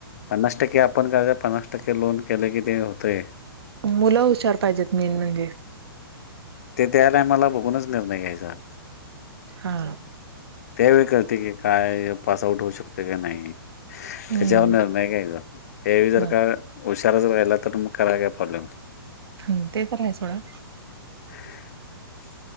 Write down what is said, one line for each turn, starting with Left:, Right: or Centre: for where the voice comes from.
Left: पन्नास टक्के आपण करायच पन्नास टक्के लोन केलं की ते होतय.
Right: मुलं हुशार पाहिजेत मेन म्हणजे
Left: ते त्या टायमाला बघूनच निर्णय घ्यायचा.
Right: हा
Left: त्यावेळ कळते की काय पास आउट होऊ शकते का नाही.
Right: हम्म
Left: त्याच्यावर निर्णय घ्यायचा त्या वेळी जर
Right: हा
Left: का हुशारचं राहिला तर त मं कराय काय प्रॉब्लेम आहेत.
Right: हूं ते तर हायच म्हणा
Left: <unintelligible>